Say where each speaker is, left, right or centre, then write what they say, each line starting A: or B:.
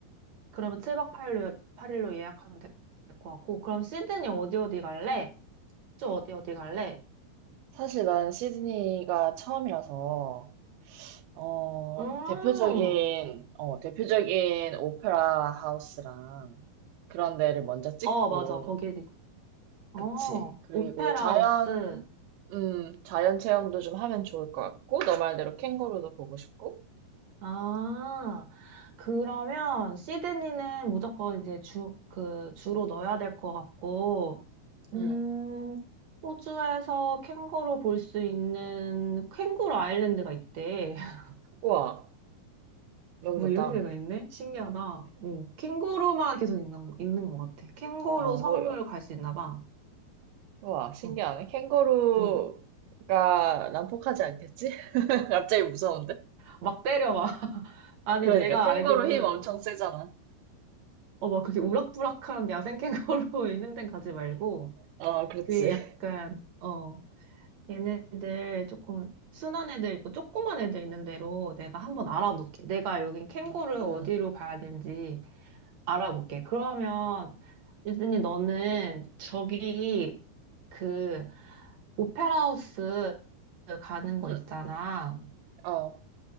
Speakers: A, on the right (about 55°); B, on the right (about 80°).
A: 그러면 7박 8일, 팔일로 예약하면 될 것 같고, 그럼 시드니 어디 어디 갈래? 쭉 어디 어디 갈래?
B: 사실 난 시드니가 처음이라서 어,
A: 음,
B: 대표적인 어, 대표적인 오페라 하우스랑 그런 데를 먼저 찍고
A: 어, 맞아, 거기, 어,
B: 그치. 그리고
A: 오페라
B: 자연
A: 하우스.
B: 음, 자연 체험도 좀 하면 좋을 것 같고 너 말대로 캥거루도 보고 싶고.
A: 아, 그러면 시드니는 무조건 이제 주, 그, 주로 넣어야 될 것 같고, 음,
B: 음.
A: 호주에서 캥거루 볼 수 있는 캥거루 아일랜드가 있대. <laughs>
B: 우와, 너무
A: 뭐
B: 좋다.
A: 이런 데가 있네? 신기하다. 응. 캥거루만 계속 있는, 있는 것 같아. 캥거루
B: 아,
A: 섬을
B: 허
A: 갈 수 있나 봐.
B: 우와, 신기하네.
A: 응,
B: 캥거루가
A: 응.
B: 난폭하지 않겠지? <laughs> 갑자기 무서운데?
A: 막 때려봐. <laughs> 아니,
B: 그러니까
A: 내가
B: 캥거루
A: 알기로는,
B: 힘 엄청 세잖아.
A: 어, 막 그렇게 우락부락한 야생 캥거루 <laughs> 있는 데 가지 말고,
B: 어, 그렇지.
A: 그게 약간, 어, 얘네들 조금 순한 애들 있고 조그만 애들 있는 대로 내가 한번 알아볼게. 내가 여긴 캥거루를
B: 음,
A: 어디로 봐야 되는지 알아볼게. 그러면 유진이 너는 저기 그 오페라 하우스 가는 거
B: 음,
A: 있잖아.
B: 어,